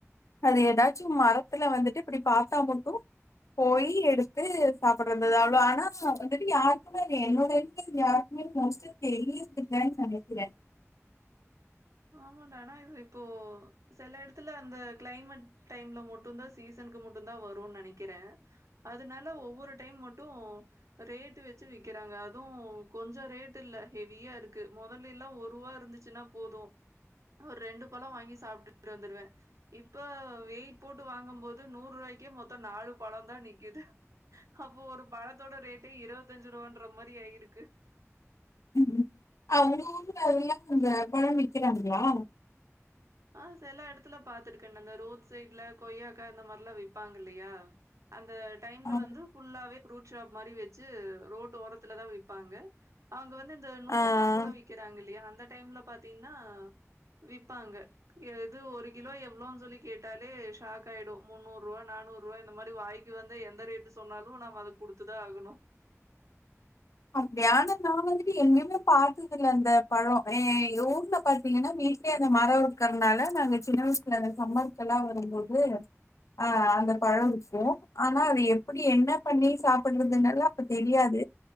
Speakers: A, on the left; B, on the right.
A: அது எதாச்சு மரத்துல வந்துட்டு இப்டி பாத்த மட்டு போயி எடுத்து சாப்ட இருந்தது அவ்ளோ ஆனா ஆல்ரெடி யாருக்குமே அது என்னோட வீக்னஸ் யாருக்குமே மொஸ்ட்டா தெரியற்தில்ல ஆன் சமைக்கிறே
B: ஆமான்டா ஆனா இது இப்போ செல எடத்துல அந்த கிளைமட் டைம்ல மட்டுந்தா சீசன் க்கு மட்டுந்தா வரூன் நெனைக்கிறே அதுனால ஒவ்வொரு டைம் மட்டு ரேட்டு வச்சு விக் கிறாங்க அதுவு கொஞ்சொ ரேட்டில்ல ஹெவியா இருக்கு மொதல்லைலா ஒருவா இருந்துச்சுனா போது
A: <inaudible>
B: ஒரு ரெண்டு பழ வாங்கி சாப்டுட்டு வந்துருவே இப்ப வெய்ட் போட்டு வாங்கம் போது நூர்ருவாய்க்கே மொத்த நாலு பழந்தா நிக்கிது அப்போ ஒரு பழத்தோட ரேட்டே இருவத்தஞ்சுரூவான்ற மாரி ஆயிருக்கு
A: ம்ம் ஆ உங்க ஊர்ல அதெல்லா அந்த பழம் விக்கிறாங்ளா
B: ஆ செல எடத்துல பாத்துருக்கேன் அந்த ரோட் சைட்ல கொய்யாக்கா இந்த மார்லா விப்பாங்க இல்லையா அந் ந்த டைம்ல
A: ஆ.
B: வந்து ஃபுல்லாவே ஃப்ரூட் ஷாப் மாரி வெச்சு ரோட்டு ஓரத்துலதா விப்பாங்க அங் ங்க வந்து இந்த நுங்கெல்லாங்கூட
A: ஆ.
B: விக்கிறாங்க இல்லையா அந்த டைம்ல பாத்தீங்னா விப்பாங்க எது ஒரு கிலோ எவ்ளோன் சொல்லி கேட்டாலே ஷாக்காய்டு முன்னூறுவா நானூறுவா இந்த மாரி வாய் இங்க வந்து எந்த ரேட்டு சொன்னாலு நாம அத குடுத்துதா ஆகணு
A: அப்டியா ஆனா நா வந்துட்டு எங்கெயுமே பாத்ததில்ல அந்த பழ ஆ எங்க ஊர்ல பாத்தீங்கனா மே வீட்லே அந்த மரோ இருக்கிறதுனால நாங்க சின்ன வயசுல இந்த சம்மருக்கெல்லா வரும்போது ஆ அந்த பழம் விக்கு ஆனா அது எப்புடி என்ன பண்ணி சாப்புட்றதுனெல்லா அப்ப தெரியாது